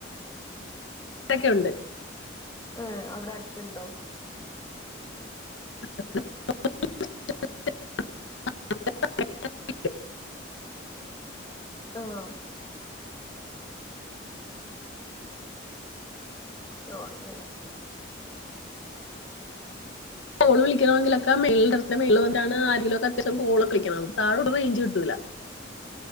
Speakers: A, on the left; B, on the left.
A: ൊക്കെ ഉണ്ട്
B: ഏ അവിടെ അടുത്തുണ്ടോ?
A: <inaudible>
B: ആഹ് ഓ അങ്ങനെ
A: കോള് വിളിക്കണമെങ്കിലക്കെ മേളില് ടെറസിൻ്റെ മേളിൽ വന്നിട്ടാണ് ആരെങ്കിലുക്കെ അത്യാവശ്യം കോളൊക്കെ വിളിക്കണത് താഴോട്ട് റേഞ്ച് കിട്ടൂല്ല.